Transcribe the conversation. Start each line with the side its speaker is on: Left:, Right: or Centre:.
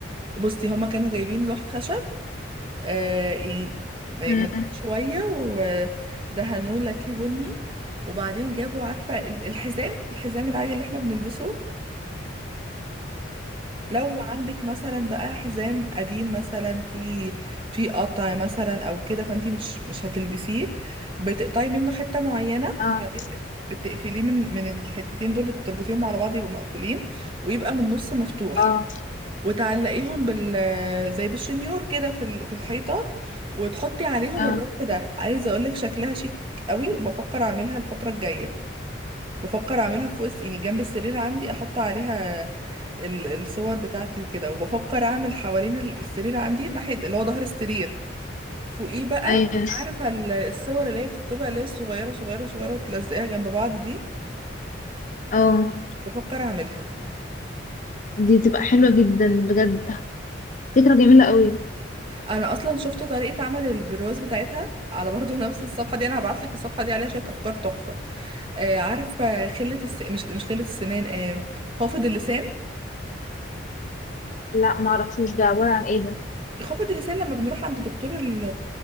Right: بصي هما كانوا جايبين لوح خشب آه، يعني مجهود
Left: مم.
Right: شوية ودهنوه لاكيه بني وبعدين جابوا عارفة ال- الحزام الحزام العادي اللي احنا بنلبسه لو عندك مثلا بقى حزام قديم مثلا في في قطع مثلا او كده فانتي مش مش هتلبسيه بتقطعي منه حتة معينة
Left: اه
Right: بعدين بت- بتقفليه من من الحتتين دول بتربطيهم على بعض يبقوا مقفولين ويبقى من النص مفتوح
Left: اه
Right: وتعلقيهم بال آه، زي بالشنيور كده في ال- في الحيطة وتحطي عليهم
Left: اه
Right: الرف ده عايزة اقولك شكلها شيك قوي وبفكر اعملها الفترة الجاية بفكر اعملها فوق الس- يعني جنب السرير عندي احط عليها ال- الصور بتاعتي وكده وبفكر اعمل حوالين ال- السرير عندي ناحية اللي هو ظهر السرير فوقيه بقى
Left: ايوه
Right: عارفة ال- الصور اللي هي بتطبع اللي هي الصغيرة صغيرة صغيرة وتلزقيها جنب بعض دي
Left: اه
Right: بفكر اعملها
Left: دي تبقى حلوة جدا بجد فكرة جميلة قوي
Right: انا اصلا شفت طريقه عمل البرواز بتاعتها على برضو <laughs> نفس الصفحه دي انا هبعت لك الصفحه دي عليها شويه افكار تحفه آه عارفه خله الس... مش مش خله السنان آه خافض اللسان
Left: لا ما اعرفوش ده عبارة عن ايه ده
Right: خافض اللسان لما بنروح عند دكتور ال...